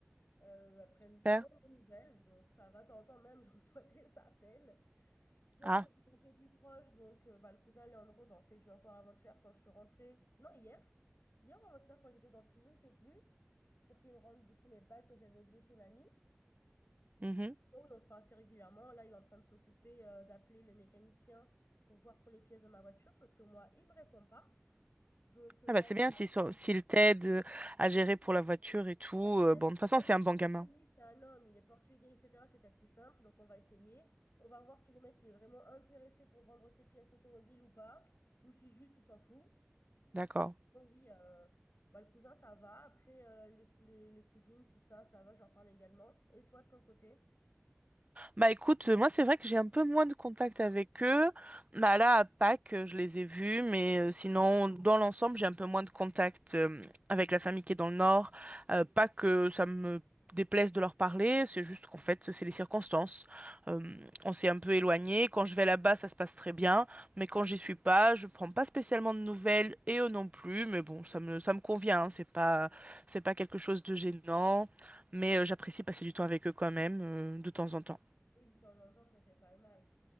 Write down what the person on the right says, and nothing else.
Père?
Ah,
mhm.
Ah
bah c'est
bien
s'ils sont- s'ils t'aident euh, à gérer pour la voiture et tout.
euh, bon, de toute
façon,
c'est
un bon gamin.
D'accord.
Bah écoute, euh, moi c'est vrai que j'ai un peu moins de contact avec eux. Bah là à Pâques, euh, je les ai vus, mais euh, sinon dans l'ensemble, j'ai un peu moins de contact euh, avec la famille qui est dans le nord. Euh, pas que ça me déplaise de leur parler, c'est juste qu'en fait, c'est les circonstances. Euh, on s'est un peu éloigné. Quand je vais là-bas, ça se passe très bien, mais quand j'y suis pas, je prends pas spécialement de nouvelles et eux non plus, mais bon, ça me ça me convient, hein, c'est pas c'est pas quelque chose de gênant. Mais euh, j'apprécie passer du temps avec eux quand même, euh, de temps en temps.